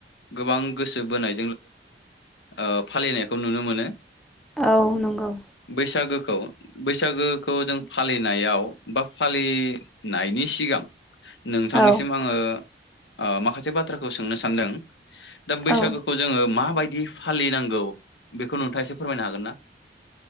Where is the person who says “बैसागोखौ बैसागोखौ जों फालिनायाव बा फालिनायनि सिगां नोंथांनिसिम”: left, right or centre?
Left